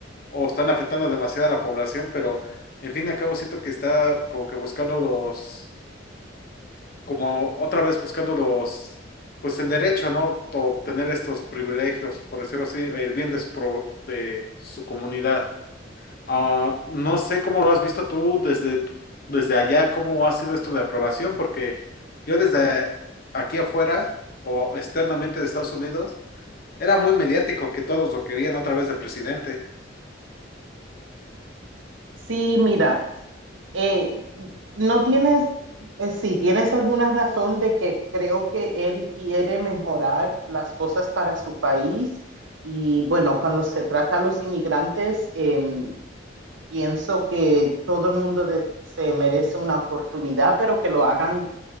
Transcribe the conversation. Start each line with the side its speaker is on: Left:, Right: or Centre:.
Left: o están afectando demasiado a la población, pero en fin y al cabo siento que está como que buscando los, como otra vez buscando los, pues en derecho, ¿no? To- Obtener estos privilegios, por decirlo así, el bien de su, pro- de su comunidad. Ah, no sé cómo lo has visto tú desde, tu- desde allá, cómo ha sido esto de aprobación, porque yo desde aquí afuera o externamente de Estados Unidos era muy mediático que todos lo querían otra vez de presidente.
Right: Sí, mira, eh, no tienes, eh, sí, tienes alguna razón de que creo que él quiere mejorar las cosas para su país. Y bueno, cuando se trata a los inmigrantes, eh, Pienso que todo el mundo de- se merece una oportunidad, pero que lo hagan